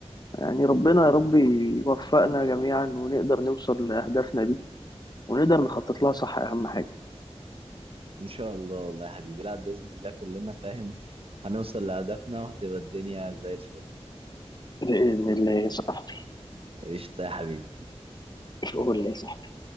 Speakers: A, on the left; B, on the right.
A: يعني ربنا يا رب يوفقنا جميعا ونقدر نوصل لأهدافنا دي ونقدر نخطط لها صح أهم حاجة
B: ان شاء الله والله يا حبيبي لا باذن الله كلنا فاهم هنوصل لهدفنا وهتبقى الدنيا زي الفل
A: بإذن الله يا صاحبي
B: قشطه يا حبيبي
A: قول لي يا صاحبي